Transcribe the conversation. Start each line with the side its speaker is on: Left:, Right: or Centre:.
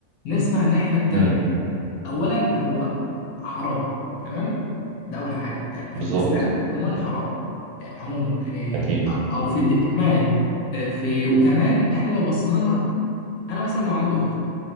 Left: نسمع الناحيه التانيه
Right: امم
Left: اولا هو حرام تمام ده اول حاجه في
Right: بالظبط
Left: الاسلام عموما حرام عموما إيه،
Right: اكيد
Left: او في الد... ما علينا إيه، في وكمان احنا لو بصينا لها انا مثلا لو عندي اخت